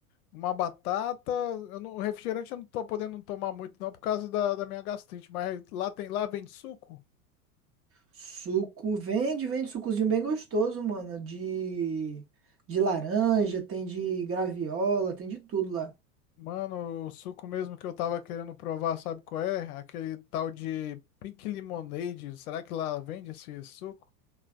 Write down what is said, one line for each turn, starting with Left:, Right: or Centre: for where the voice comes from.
Left: Uma batata, eu não, refrigerante eu não tô podendo tomar muito não por causa da, da minha gastrite, mas lá tem, lá vende suco?
Right: Suco, vende, vende sucozinho bem gostoso, mano, de de laranja, tem de graviola, tem de tudo lá.
Left: Mano, o suco mesmo que eu tava querendo provar, sabe qual é? Aquele tal de Pink Lemonade, será que lá vende esse suco?